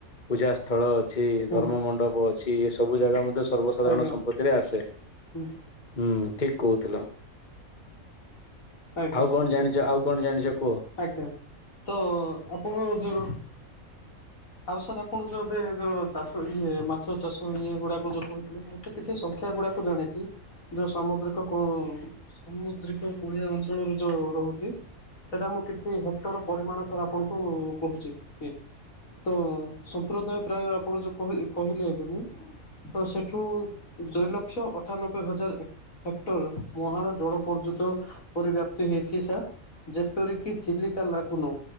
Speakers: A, on the left; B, on the left.
A: ପୂଜା ସ୍ଥଳ ଅଛି,
B: ହୁଁ
A: ଧର୍ମ ମଣ୍ଡପ ଅଛି ଏ ସବୁ ଜାଗା ମଧ୍ୟ ସର୍ବସାଧାରଣ
B: ଆଜ୍ଞା
A: ସମ୍ପତ୍ତିରେ ଆସେ।
B: ହୁଁ
A: ହୁଁ ଠିକ କହୁଥିଲ,
B: ଆଜ୍ଞା
A: ଆଉ କଣ ଜାଣିଛ ଆଉ କଣ ଜାଣିଛ? କୁହ।
B: ଆଜ୍ଞା ତ ଆପଣ ଯୋଉ ଆଉ ସାର୍ ଆପଣ ଯଉ ଏବେ ଯଉ ଚାଷ ଇଏ ମାଛ ଚାଷ ଇଏ ଗୁଡ଼ାକୁ ଯଉ କହିଥିଲେ ମ ସେ କିଛି ସଂଖ୍ୟା ଗୁଡାକୁ ଜାଣିଛି। ଯେଉଁ ସାମୁଦ୍ରିକ କୋଉ ସମୁଦ୍ରିକ କୁଳିଆ ଅଞ୍ଚଳରୁ ଯେଉଁ ରହୁଛି। ସେଇଟା ମୁଁ କିଛି ହେକ୍ଟର ପରିମାଣ ସବୁ ଆପଣଙ୍କୁ କହୁଛି, କି ତ ସମ୍ପ୍ରତ ପ୍ରାୟ ଆପଣ ଯୋଉ କହ-କହିଲେ ଏଖୁଣୀ ତ ସେଠୁ ଦୁଇ ଲକ୍ଷ ଅଠାନବେ ହଜାର ହେକ୍ଟର ମହାନ ଜଳ ପର୍ଯ୍ୟନ୍ତ ପରିବ୍ୟାପ୍ତି ହେଇଛି ସାର୍। ଯେପରିକି ଚିଲିକା ଲାଗୁନ